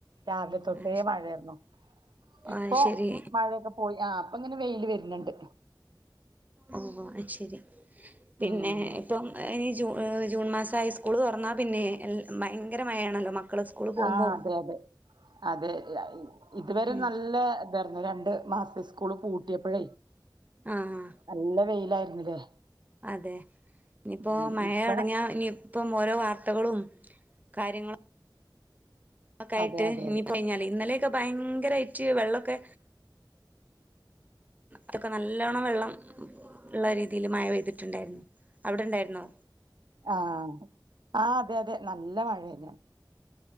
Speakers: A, on the right; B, on the right.
A: രാവിലെ തൊട്ടേ
B: ആഹ് ശ്
A: മഴായിരുന്നു ഇപ്പൊ
B: ആഹ് ശരി
A: മഴയൊക്കെ പോ പോയി ആ അപ്പങ്ങനെ വെയില് വരുന്നുണ്ട്.
B: ഓ ഓ അയ് ശരി പിന്നെ
A: ഉം
B: ഇപ്പം ഇനി ജൂ ജൂൺ മാസയി സ്കൂൾ തുറന്നാ പിന്നെ ഭയങ്കര മഴയാണല്ലോ മക്കള് സ്കൂള് പോകുമ്പോം
A: ആഹ് അതെ അതെ അതെ ഇതുവരെ
B: ഉം
A: നല്ലേ അതായിര്ന്നു രണ്ട് മാസ സ്കൂള് പൂട്ടിയപ്പോഴേ
B: ആഹ്
A: നല്ല വെയിലായിരുന്നില്ലേ?
B: അതെ ഇനിപ്പോ
A: ഉം
B: മഴ
A: ഇപ്പ
B: തുടങ്ങിയാ ഇനി പ്പം ഓരോ വാർത്തകളും കാര്യങ്ങള് ക്കെ ആയിട്ട്
A: അതെ അതെ
B: ഇനി
A: അതെ
B: ഞ്ഞാല് ഇന്നലെക്കെ ഭയങ്കരയിട്ട് വെള്ളക്കെ തൊക്കെ നല്ലണം വെള്ളം ഉള്ള രീതിയിൽ മഴ പെയ്തിട്ടുണ്ടായിരുന്നു അവിടെണ്ടായിരുന്നൊ?
A: ആഹ് ആഹ് അതെ അതെ നല്ല മഴന്നെയാ.